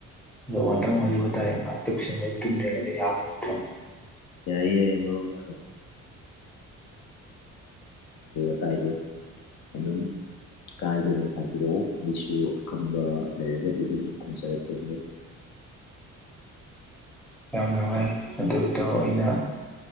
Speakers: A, in the centre; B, on the left.
A: ꯑꯗꯣ ꯉꯥꯛꯇꯪ
B: ꯎꯝ
A: ꯋꯥꯔꯤ ꯋꯥꯇꯥꯏ ꯉꯥꯛꯇꯛꯁꯤ ꯃꯗꯨ ꯇꯨꯝꯗ꯭ꯔꯤꯉꯩꯗ ꯌꯥꯕ ꯅꯠꯇ꯭ꯔꯣ
B: ꯌꯥꯏꯌꯦ ꯌꯥꯢꯌꯦ ꯃꯔꯨꯞ <unintelligible> ꯑꯗꯨꯝ ꯀꯥꯏꯗꯅ ꯁꯥꯕꯤꯔꯛꯑꯣ ꯑꯩꯁꯨ ꯑꯈꯪꯕ ꯂꯩꯔꯒꯗꯤ ꯑꯗꯨꯝ ꯈꯨꯝꯖꯔꯛꯀꯅꯤ
A: ꯌꯥꯝ ꯅꯨꯡꯉꯥꯏ ꯑꯗꯨ ꯢꯇꯥꯎ ꯑꯩꯅ